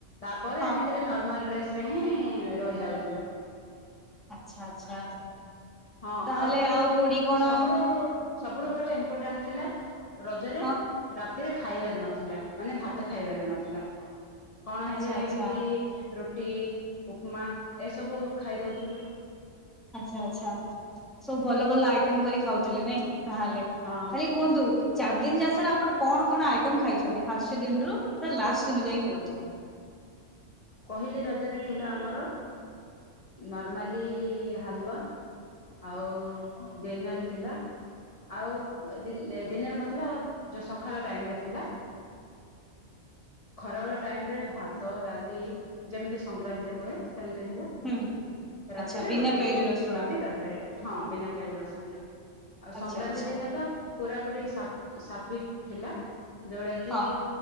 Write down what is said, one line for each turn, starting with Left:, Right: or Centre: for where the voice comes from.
Left: ତାପରେ
Centre: ହଁ
Left: ଏମିତିରେ ନର୍ମାଲ ଡ୍ରେସ୍ ରେ ହିଁ ରହିଯାଉଥିଲୁ।
Centre: ଆଛା ଆଚ୍ଛା।
Left: ହଁ
Centre: ତାହେଲେ
Left: ଆଉ
Centre: କୋଉଠି କଣ
Left: ସବୁଡୁ ସବୁଠୁ ବଡ ଇମ୍ପୋର୍ଟାଣ୍ଟ ଥିଲା ରଜରେ
Centre: ହଁ
Left: ରାତିରେ ଖାଇବାର ନଥିଲା। ମାନେ ଭାତ ଖାଇବାର ନଥିଲା। କଣ
Centre: ଆଚ୍ଛା
Left: ହେଲେ
Centre: ଆଚ୍ଛା
Left: ଏମିତି ରୁଟି, ଉପମା ଏସବୁ ଖାଇଦଉଥିଲୁ।
Centre: ଆଛା ଆଚ୍ଛା। ସବୁ ଭଲ, ଭଲ ଆଇଟମ୍ କରି ଖାଉଥିଲେ ନାଇଁ ତାହେଲେ?
Left: ହଁ
Centre: ଆରେ କୁହନ୍ତୁ? ଚାରି ଦିନ ଯାସରେ ଆପଣ କଣ କଣ ଆଇଟମ୍ ଖାଇଛନ୍ତି? ଫାଷ୍ଟ ଦିନ ରୁ ପୁରା ଲାଷ୍ଟ ଦିନ ଯାଇ କୁହନ୍ତୁ?
Left: ପହିଲି ରଜରେ ଥିଲା ଆମର ନର୍ମାଲି ହାଲୁଆ। ଆଉ ଦିନରେ ଥିଲା ଆଉ ଦିନର ମତଲବ୍ ଯୋଉ ସକାଳ ଟାଇମ୍ ରେ ଥିଲା। ଖରାବେଳେ ଟାଇମ୍ ରେ ଭାତ, ଡାଲି ଯେମିତି ସଂକ୍ରାନ୍ତିରେ ହୁଏ, ସେମିତି ଥିଲା।
Centre: ହୁଁ
Left: ରାତିରେ
Centre: ଆଚ୍ଛା ବିନା
Left: ରୁଟି
Centre: ପିଆଜ ରସୁଣ
Left: ରୁଟି ତରକାରୀ। ହଁ ବିନା ପିଆଜ ରସୁଣ ରେ ଆଉ
Centre: ଆଚ୍ଛା
Left: ସଂକ୍ରାନ୍ତି
Centre: ଆଚ୍ଛା
Left: ଦିନ ତ ପୁରାପୁରି ସାତ୍ ସାତ୍ୱିକ୍ ଥିଲା ଯୋଉଟା କି
Centre: ହଁ